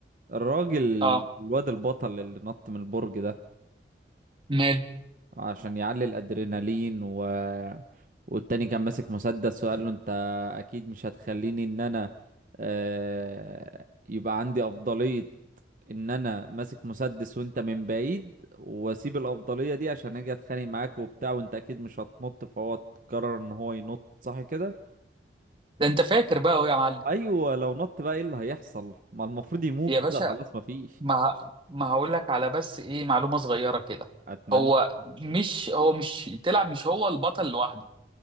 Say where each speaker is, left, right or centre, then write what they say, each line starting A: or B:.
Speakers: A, on the right (about 45°); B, on the right (about 30°).
A: الراجل
B: اه
A: الواد البطل اللي نط من البرج ده
B: مال
A: عشان يعلي الادرينالين و... والتاني كان ماسك مسدس وقال له انت اكيد مش هتخليني ان انا آه، يبقى عندي افضلية ان انا ماسك مسدس وانت من بعيد واسيب الافضلية دي عشان اجي اتخانق معاك وبتاع وانت اكيد مش هتنط فهو قرر ان هو ينط صح كده
B: ده انت فاكر بقى اهو يا معلم
A: ايوه لو نط بقى ايه اللي هيحصل ما المفروض يموت
B: يا باشا
A: كده خلاص مفيش
B: ما ما هقول لك على بس ايه معلومه صغيره كده
A: اتمنى
B: هو مش هو مش تلعب مش هو البطل لوحده